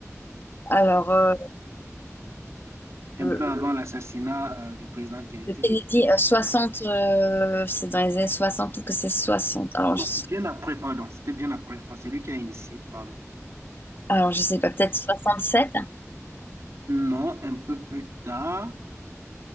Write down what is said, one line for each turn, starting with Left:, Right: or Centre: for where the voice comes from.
Left: Alors, euh,
Right: un
Left: le
Right: peu avant Euh, l'assassinat euh, du président Kennedy?
Left: le Kennedy, euh, 60, euh, c'est dans les années 60, peut-être que c'est 60. Alors,
Right: Non,
Left: je,
Right: bien après, pardon, c'était bien après, parce que c'est lui qui a initié, pardon.
Left: alors, je sais pas, peut-être 67.
Right: Non, un peu plus tard.